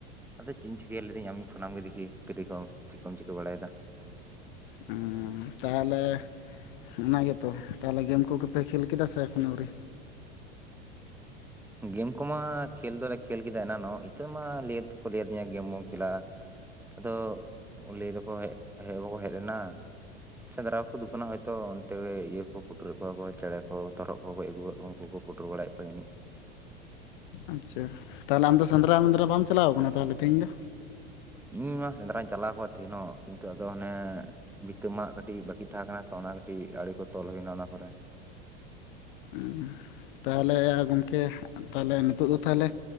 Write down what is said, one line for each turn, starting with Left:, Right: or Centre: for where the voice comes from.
Centre: ᱟᱫᱚ ᱪᱮᱫ ᱤᱧ ᱪᱤᱠᱟᱹᱭ ᱞᱮᱫᱟᱹᱧ ᱟᱢᱤᱧ ᱯᱷᱳᱱᱟᱢ ᱜᱮ ᱫᱮᱠᱷᱤ ᱯᱮᱰᱤ ᱠᱚᱢ ᱪᱮᱫ ᱠᱚᱢ ᱪᱤᱠᱟᱹ ᱵᱟᱲᱟᱭᱮᱫᱟ ᱾
Left: ᱦᱚᱸ ᱛᱟᱦᱚᱞᱮ ᱚᱱᱟᱜᱮᱛᱚ ᱛᱟᱦᱚᱞᱮ ᱜᱮᱢ ᱠᱚᱜᱚ ᱯᱮ ᱠᱷᱮᱞ ᱠᱮᱫᱟ ᱥᱮ ᱮᱠᱷᱚᱱ ᱟᱹᱣᱨᱤ?
Centre: ᱜᱮᱢ ᱠᱚᱢᱟ ᱠᱷᱮᱞ ᱫᱚᱞᱮ ᱠᱷᱮᱞ ᱠᱮᱫᱟ ᱮᱱᱟᱱᱚᱜ ᱱᱤᱛᱟᱹ ᱢᱟ ᱞᱟᱹᱭ ᱛᱮᱠᱚ ᱞᱟᱹᱭ ᱟᱹᱫᱤᱧᱟ ᱜᱮᱢ ᱵᱚᱢ ᱠᱷᱮᱞᱟ ᱾ ᱟᱫᱚ ᱞᱟᱹᱭ ᱫᱟᱠᱚ ᱦᱮ ᱦᱮᱡ ᱫᱚᱠᱚ ᱦᱮᱡ ᱮᱱᱟ ᱾ ᱥᱮᱸᱫᱽᱨᱟ ᱠᱚᱠᱚ ᱫᱩᱵᱠᱟᱱᱟ ᱦᱚᱭᱛᱳ ᱚᱱᱛᱮ ᱤᱭᱟᱹ ᱠᱚ ᱯᱩᱴᱩᱨᱮᱫ ᱠᱚᱣᱟ ᱠᱚ ᱪᱮᱬᱮ ᱠᱚ ᱛᱚᱨᱦᱚᱫ ᱠᱚᱠᱚ ᱜᱚᱡ ᱟᱹᱜᱩᱣᱟᱠᱟᱜ ᱠᱚᱣᱟ ᱩᱱᱠᱩ ᱠᱚ ᱯᱳᱴᱳᱨ ᱵᱟᱲᱟᱭᱮᱫ ᱠᱚ ᱡᱟᱱᱤᱡ᱾
Left: ᱟᱪᱪᱷᱟ ᱛᱟᱦᱚᱞᱮ ᱟᱢ ᱫᱚ ᱥᱮᱸᱫᱽᱨᱟ ᱢᱩᱸᱫᱽᱨᱟ ᱵᱟᱢ ᱪᱟᱞᱟᱣ ᱠᱟᱱᱟ ᱛᱟᱦᱚᱞᱮ ᱛᱮᱦᱤᱧ ᱫᱚ?
Centre: ᱤᱧ ᱢᱟ ᱥᱮᱸᱫᱽᱨᱟᱧ ᱪᱟᱞᱟᱣ ᱠᱚᱜᱼᱟ ᱛᱟᱦᱮᱸᱱᱚᱜ ᱠᱤᱱᱛᱩ ᱟᱫᱚ ᱚᱱᱮ ᱵᱷᱤᱛᱟᱹ ᱢᱟᱜ ᱠᱟᱹᱴᱤᱡ ᱵᱟᱠᱤ ᱛᱟᱦᱮᱸ ᱠᱟᱱᱟ ᱛᱚ ᱚᱱᱟ ᱠᱟᱹᱴᱤᱡ ᱟᱲᱮ ᱠᱚ ᱛᱚᱞ ᱦᱩᱭᱱᱟ ᱚᱱᱟ ᱠᱚᱨᱮ᱾
Left: ᱩᱸ ᱛᱟᱦᱚᱞᱮ ᱜᱚᱝᱠᱮ ᱛᱟᱦᱚᱞᱮ ᱱᱤᱛᱚᱜ ᱫᱚ ᱛᱟᱦᱚᱞᱮ